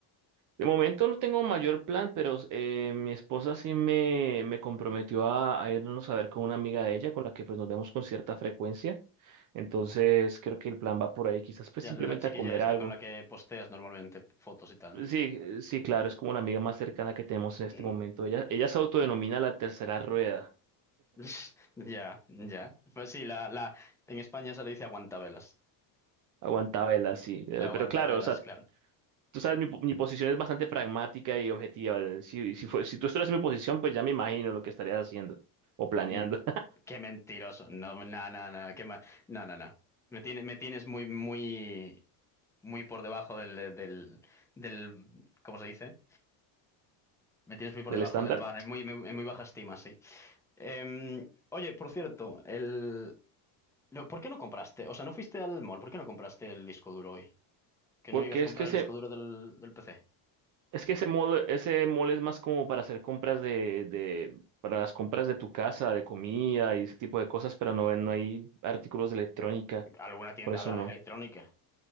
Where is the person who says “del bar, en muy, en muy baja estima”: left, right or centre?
Centre